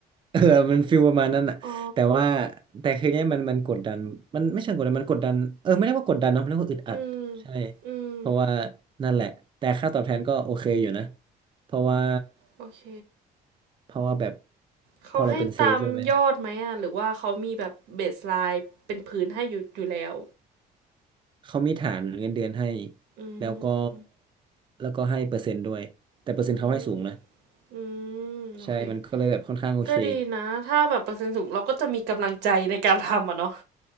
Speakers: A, on the right; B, on the right.
A: <laughs> เออมันฟิลประมาณนั้นอ่ะแต่ว่า
B: อ๋อ
A: แต่คือเนี้ยมันมันกดดันมันไม่เชิงกดดันมันกดดันเออไม่ได้ว่ากดดันเนาะมันเรียกว่าอึดอัดใช่
B: อืมอืม
A: เพราะว่านั่นแหละแต่ค่าตอบแทนก็โอเคอยู่นะ เพราะว่า
B: โอเค
A: เพราะว่าแบบ
B: เขาให้ตามยอดไหมอ่ะหรือว่าเขามีแบบเบสไลน์เป็นพื้นให้อยู่อยู่แล้ว
A: พอเราเป็นเซลล์ใช่ไหมเขามีฐานเงินเดือนให้
B: อื
A: แล้วก็
B: ม
A: แล้วก็ให้เปอร์เซ็นต์ด้วย แต่เปอร์เซ็นต์เขาให้สูงนะ
B: อืมอืมโอเค
A: ใช่มันก็เลยแบบค่อนข้างโอเค
B: ก็ดีนะถ้าแบบเปอร์เซ็นต์สูงเราก็จะมีกำลังใจในการทำอ่ะเนาะ